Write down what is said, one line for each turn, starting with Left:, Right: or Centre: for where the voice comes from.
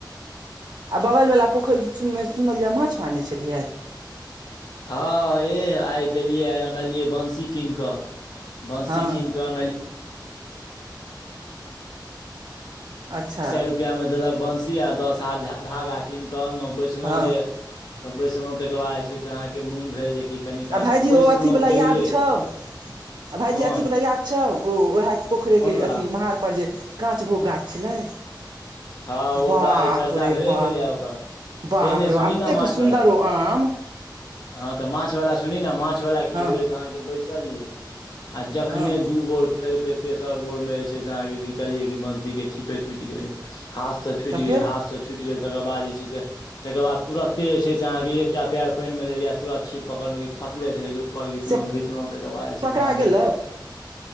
Right: आ बगल वालला पोखरिन सुनलियै माछ मारने छलियइ
Left: हँ एह आइ देलियै आइ अनलियै बंसी कीन क बंसी
Right: हँ
Left: कीन कऽ
Right: अच्छा
Left: <unintelligible> रुपयामे देलक बंसी आ दस हाथ धागा कीन कऽ अनलो बैसलो
Right: हँ
Left: जे तऽ बैसलो तेके बाद जे छै से अहाँके मोन भेल जेकि कनि काल
Right: आ भाईजी
Left: तऽ बैसलहुँ
Right: ओ अथीवला
Left: गेलियै
Right: याद छउ आ भायजी
Left: कोन
Right: अथीवला याद छउ ओ उएह पोखरिके
Left: कोन वला
Right: अथी मड़पर जे कच भो गाछ छलय
Left: हँ ओ
Right: ब
Left: तऽ आइ चर्चा
Right: पे
Left: भेबे
Right: ब
Left: केलै ओकर
Right: बाप
Left: से नहि
Right: रे
Left: सुनी
Right: बाप
Left: ने
Right: एतेक
Left: माछवला
Right: सुन्दर ओ आम
Left: हँ तऽ माछवला सुनी ने माछवला की
Right: हँ
Left: भेलै त अहाँके बैसल यै आ जखने
Right: हँ
Left: दू बोर खेलके तेसर बोर में जे छय से अहाँ के घिचलिये क बंसी के छिपे टूट गेले हाथ से छूटि
Right: तऽ फेर
Left: गेल हाथसँ छूटि गेल तकर बाद जे छय से तकर बाद तुरते जे छै से अहाँके एकटा पयर पानि मे देलियै तुरत छीप पकड़लहुं कि फसले छलै कि ऊपर घिचलो
Right: से
Left: घिच लो तऽ तेकय बाद जे
Right: पकड़ा
Left: छै आहाँ क
Right: गेलौ